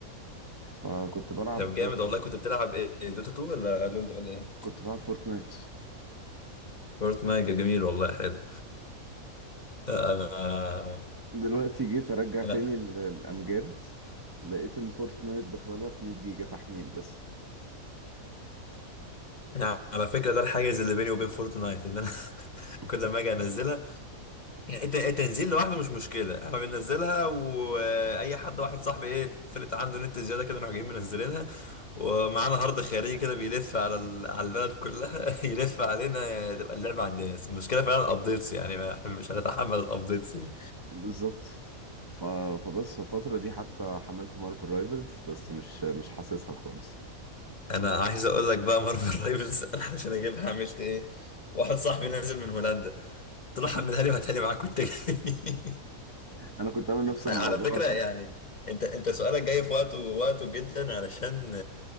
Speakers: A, on the right (about 30°); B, on the left (about 35°).
A: فكنت بلعب
B: طب جامد
A: آه،
B: والله كنت بتلعب ايه دوتا 2 ولا لول ولا ايه
A: كنت بلعب فورتنايت
B: فورتنايت جميل والله حلو انا
A: دلوقتي جيت ارجع تاني
B: انا
A: ال- الامجاد لقيت ان فورتنايت داخله لها في 100 جيجا تحميل بس
B: أنا على فكره ده الحاجز اللي بيني وبين فورتنايت ان انا <laughs>
A: <laughs>
B: كل ما اجي انزلها يعني الت- التنزيل لوحده مش مشكلة احنا بننزلها واي حد واحد صاحبي ايه فرقة عنده نت زيادة كده نروح جايين منزلينها ومعانا هارد خارجي كده بيلف على ال... على البلد كلها <laughs> يلف علينا تبقى اللعبة عندنا بس المشكلة فعلا الابديتس يعني ما- احنا مش هنتحمل الابديتس يعني.
A: بالظبط ف... فبس في الفتره دي حتى حملت مارفل رايفلز بس مش مش حاسسها خالص
B: انا عايز اقول لك بقى مارفل رايفلز <laughs> انا عشان اجيبها عملت ايه واحد صاحبي نازل من هولندا قلت
A: <laughs>
B: له حملها لي وهاتها لي معاك وانت جاي <laughs>
A: انا كنت عامل نفس الموضوع
B: على فكرة
A: ده
B: يعني انت انت سؤالك جاي في وقته وقته جدا علشان